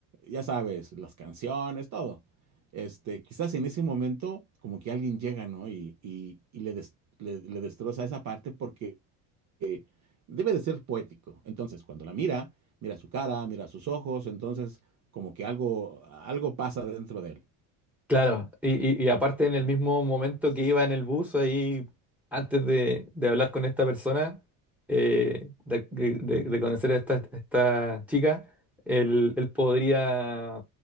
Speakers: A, on the right; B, in the centre.
A: ya sabes, las canciones, todo. Este, quizás en ese momento como que alguien llega, ¿no? Y, y- y le, des- le- le destroza esa parte porque eh, debe de ser poético. Entonces, cuando la mira, mira su cara, mira sus ojos, entonces como que algo, algo pasa dentro de él.
B: Claro. Y, y- y aparte en el mismo momento que iba en el bus, ahí, antes de, de hablar con esta persona, eh, de, de- de conocer a esta, esta chica, él, él podría,